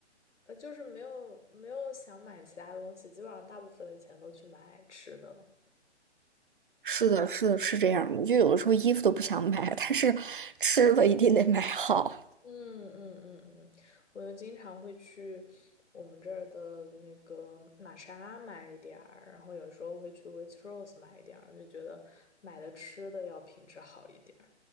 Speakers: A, on the left (about 80°); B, on the right (about 50°).
A: 呃，就是没有没有想买其他东西，基本上大部分的钱都去买吃的了。
B: 是的，是的，是这样。我就有的时候衣服都不想买，但是吃了一定得买好。
A: 嗯嗯嗯嗯，我又经常会去我们这儿的那个玛莎买一点儿，然后有时候会去 Waitrose 买一点儿，就觉得买的吃的要品质好一点儿，